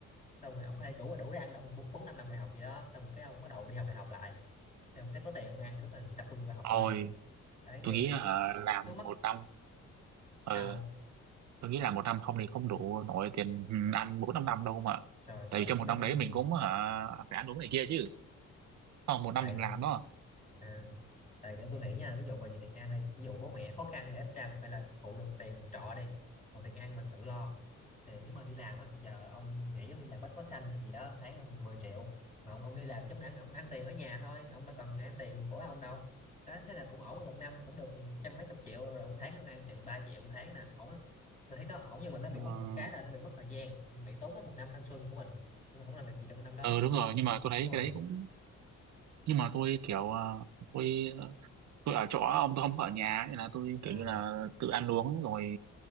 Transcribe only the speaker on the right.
thôi
tôi nghĩ
hả, làm
một năm
ờ, tôi nghĩ là một năm không thì không đủ nổi tiền ăn bốn năm năm đâu mà
tại vì trong
một
năm đấy
mình cũng hả, phải ăn uống này kia chứ không một năm
mình làm đó
ờ
ờ, đúng rồi nhưng mà tôi thấy
cái đấy cũng nhưng mà tôi kiểu ờ, tôi tôi ở chỗ ông tôi không có ở nhà nên là tôi
kiểu như là tự ăn uống rồi